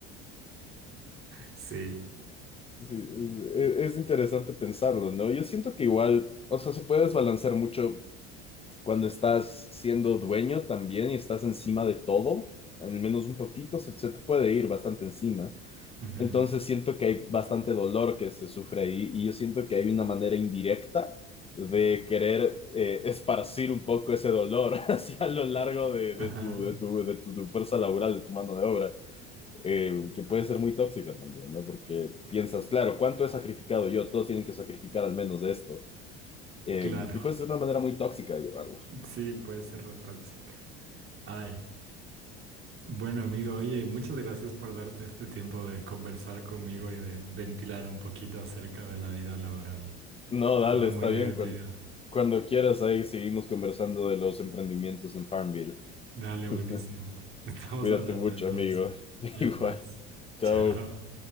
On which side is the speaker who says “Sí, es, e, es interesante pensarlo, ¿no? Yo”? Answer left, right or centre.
Left